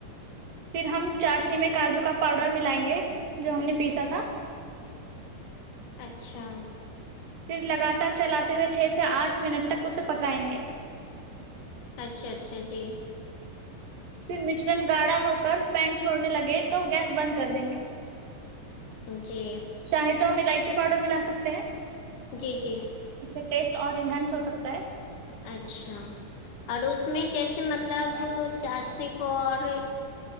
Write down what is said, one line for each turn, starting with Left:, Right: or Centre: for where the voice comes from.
Right: پھر ہم چاشنی میں کاجو کا پاؤڈر ملائیں گے جو ہم نے پیسا تھا
Left: اچھا
Right: پھر لگاتار چلاتے ہوئے چھ سے آٹھ منٹ تک اسے پکائیں گے
Left: اچھا اچھا جی
Right: پھر مشرن گاڑھا ہو کر پین چھوڑنے لگے تو گیس بند کر دیں گے
Left: جی
Right: چاہے تو ہم الائچی پاؤڈر ملا سکتے ہیں
Left: جی جی
Right: اس سے ٹیسٹ اور انہینس ہو سکتا ہے
Left: اچھا اور اس میں جیسے مطلب چاشنی کو اور